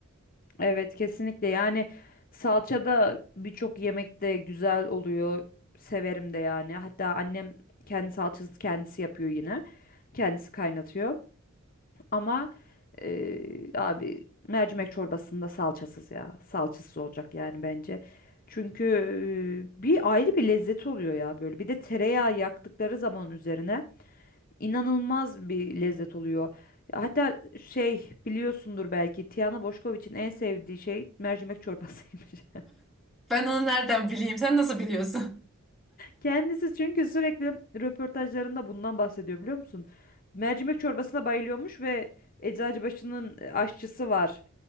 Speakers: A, on the left (about 40°); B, in the centre.
A: Evet kesinlikle yani salça da birçok yemekte güzel oluyor. Severim de yani. Hatta annem kendi salçasını kendisi yapıyor yine. Kendisi kaynatıyor. Ama eee, abi mercimek çorbasında salçasız ya. Salçasız olacak yani bence. Çünkü eee, bir ayrı bir lezzet oluyor ya böyle. Bir de tereyağı yaktıkları zaman üzerine inanılmaz bir lezzet oluyor. Hatta şey biliyorsundur belki Tiana Boşkoviç'in en sevdiği şey mercimek çorbasıymış. <laughs>
B: Ben onu nereden bileyim? Sen nasıl biliyorsun?
A: Kendisi çünkü sürekli röportajlarında bundan bahsediyor biliyor musun? Mercimek çorbasına bayılıyormuş ve Eczacıbaşı'nın aşçısı var.